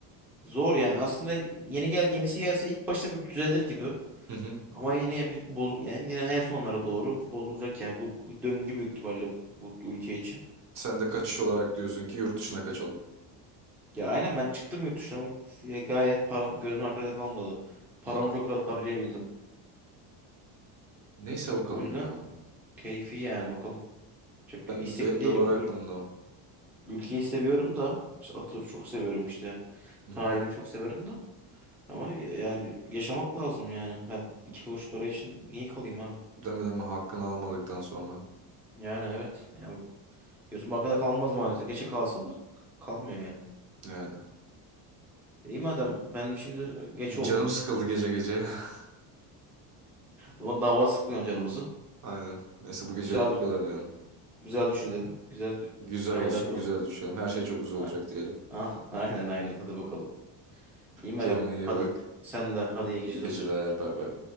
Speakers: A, in the centre; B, on the right (about 45°).
A: Zor yani. Aslında yeni gel yenisi gelse ilk başta bir düzelir gibi.
B: Hı hı.
A: Ama yine bir boz yani yine en sonlara doğru bozulacak yani bu, bu döngü büyük ihtimalle bu ülke için.
B: Sen de kaçış olarak diyorsun ki yurt dışına kaçalım.
A: Ya aynen ben çıktım yurt dışına bak ya gayet param gözüm arkada kalmadı. Paramı
B: Hı hı.
A: çok rahat harcayabildim.
B: Neyse bakalım
A: O yüzden
B: ya.
A: keyfi yani bakalım. Çok
B: Ben
A: istekli
B: benim
A: değilim.
B: de var aklımda.
A: Ül- ülkeyi seviyorum da işte Atatürk'ü çok seviyorum işte.
B: Hı
A: Tarihimi
B: hı.
A: çok seviyorum da Ama yani yaşamak lazım yani. Ben iki kuruş para için niye kalayım abi?
B: Deme deme hakkını almadıktan sonra.
A: Yani evet. Yani gözüm arkada kalmaz maalesef. Geçe kalsa da kalmıyor yani.
B: Yani.
A: İyi madem ben şimdi geç oldu.
B: Canım sıkıldı gece gece. <laughs>
A: O zaman daha fazla sıkmayalım canımızı.
B: Aynen. Neyse bu
A: Güzel
B: gecelik bu kadar diyelim.
A: güzel düşünelim. Güzel
B: Güzel
A: hayaller
B: olsun,
A: kuralım.
B: güzel düşelim. Her şey çok güzel
A: Ah,
B: olacak diyelim.
A: ah, aynen aynen hadi bakalım. İyi madem.
B: Kendine iyi
A: Hadi
B: bak.
A: sen de hadi iyi
B: İyi
A: geceler.
B: geceler. Bay bay.